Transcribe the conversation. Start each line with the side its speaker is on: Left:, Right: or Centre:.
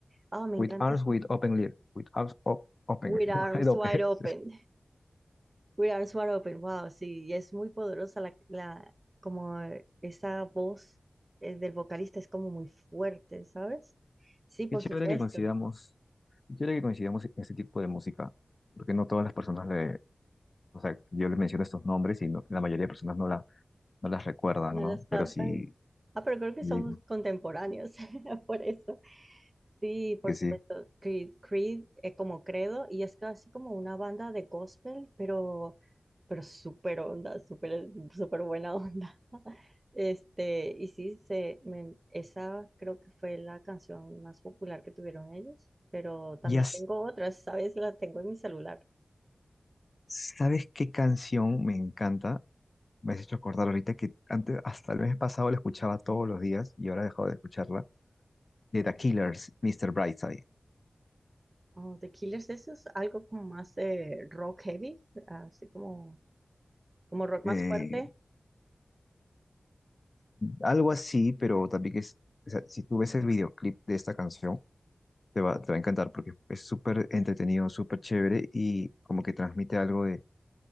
Right: Ah, me encanta
Left: With Arms,
Right: esa.
Left: With Open Lead, With Arms op- Open,
Right: With Arms
Left: <laughs> Wide Open.
Right: Wide Open.
Left: <laughs>
Right: We Are Smart Open, wow, sí, y es muy poderosa la, la, como eh, esa voz eh, del vocalista es como muy fuerte, ¿sabes? Sí, por
Left: Qué chévere
Right: supuesto,
Left: que coincidamos, qué chévere que coincidamos en este tipo de música, porque no todas las personas le, o sea, yo le menciono estos nombres y no- la mayoría de personas no, la, no las recuerdan,
Right: no
Left: ¿no?
Right: las captan.
Left: Pero sí,
Right: Ah, pero creo que
Left: sí,
Right: somos contemporáneos, <laughs> por eso. Sí, por
Left: que
Right: supuesto.
Left: sí.
Right: Creed, Creed es como credo y es casi como una banda de gospel, pero, pero súper onda, súper, súper buena onda. <laughs> Este, y sí, se, me- esa creo que fue la canción más popular que tuvieron ellos, pero también
Left: Ya
Right: tengo otras, ¿sabes? La tengo en mi celular.
Left: sabes qué canción me encanta, me has hecho acordar ahorita que antes, hasta el mes pasado la escuchaba todos los días y ahora he dejado de escucharla, de The Killers, Mr. Brightside.
Right: Oh, The Killers, eso es algo como más eh, rock heavy, así como, como rock
Left: Eh,
Right: más fuerte.
Left: algo así, pero también es, o sea, si tú ves el videoclip de esta canción, Te va, te va a encantar porque es súper entretenido, súper chévere y como que transmite algo de,